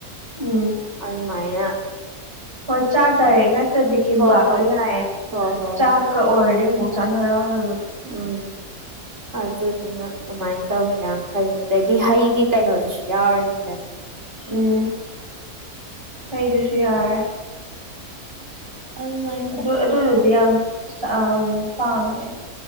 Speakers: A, on the right; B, on the right.
A: ꯎꯝ
B: ꯑꯗꯨ ꯃꯥꯏꯅ
A: ꯍꯣꯏ ꯆꯥꯛ ꯗꯥꯏꯔꯦꯛ ꯅꯠꯇ꯭ꯔꯗꯤ ꯀꯤꯝꯕꯥꯞꯇꯣ
B: ꯍꯣ ꯍꯣ
A: ꯌꯥꯏꯑꯦ
B: ꯍꯣ ꯍꯣ
A: ꯆꯥꯛ
B: ꯍꯣꯏ
A: ꯆꯥꯛ ꯑꯣꯏꯔꯗꯤ ꯑꯃꯨꯛ ꯆꯥꯟꯅꯔ ꯑꯣꯏꯔ
B: ꯎꯝ ꯑꯗꯨꯗꯨꯅ ꯑꯗꯨꯃꯥꯏꯅ ꯇꯧꯁꯤ ꯇꯧꯁꯤꯔꯥꯅ ꯈꯜꯂꯤꯅꯤ ꯑꯗꯒꯤ ꯍꯩꯒꯤ ꯀꯩꯅꯣꯗꯨꯁꯨ ꯌꯥꯎ ꯑꯣꯏꯗ
A: ꯎꯝ ꯑꯩꯗꯨꯁꯨ ꯌꯥꯔꯦ
B: ꯑꯣꯟꯂꯥꯏ
A: ꯑꯗꯨ ꯑꯗꯨꯗꯨꯗꯤ ꯌꯥꯝ ꯀꯩꯅꯣ ꯄꯥꯝꯃꯦ